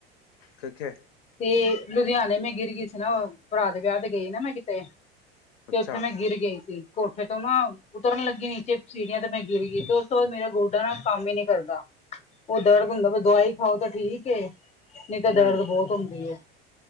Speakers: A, on the left; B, on the left.
A: ਕਿੱਥੇ
B: ਤੇ ਲੁਧਿਆਣੇ ਮੈਂ ਗਿਰ ਗਈ ਸੀ ਨਾ, ਭਰਾ ਦੇ ਵਿਆਹ ਤੇ ਗਈ ਨਾ ਮੈਂ ਕਿਤੇ।
A: ਅੱਛਾ
B: ਤੇ ਉੱਥੇ ਮੈਂ ਗਿਰ ਗਈ ਸੀ, ਕੋਠੇ ਤੋਂ ਨਾ। ਉਤਰਨ ਲੱਗੀ ਨੀਚੇ, ਸੀੜੀਆਂ ਤੇ ਮੈਂ ਗਿਰ ਗਈ ਤੇ ਉਸ ਤੋਂ ਬਾਅਦ ਮੇਰਾ ਗੋਡਾ ਨਾ ਕੰਮ ਹੀ ਨਹੀਂ ਕਰਦਾ। ਉਹ ਦਰਦ ਹੁੰਦਾ ਬ, ਦਵਾਈ ਖਾਓ ਤਾਂ ਠੀਕ। ਨਹੀਂ ਤਾਂ ਦਰਦ
A: ਹਮ
B: ਬਹੁਤ ਹੁੰਦੀ ਹੈ,